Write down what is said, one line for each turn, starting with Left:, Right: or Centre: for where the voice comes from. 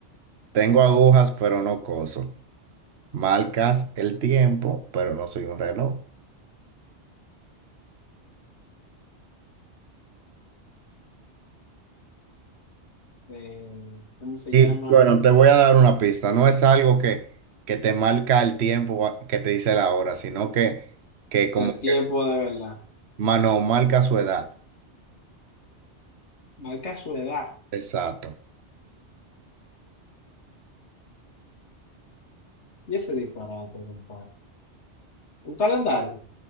Right: Tengo agujas, pero no coso. Marcas el tiempo, pero no soy un reloj.
Left: Eh, ¿cómo se
Right: Y
Left: llama?
Right: bueno, te voy a dar una pista. No es algo que, que te marca el tiempo, a- que te dice la hora, sino que, que como
Left: El
Right: que,
Left: tiempo de verdad.
Right: mano, marca su edad.
Left: Marca su edad.
Right: Exacto.
Left: Y ese disparate, compadre. Un calendario.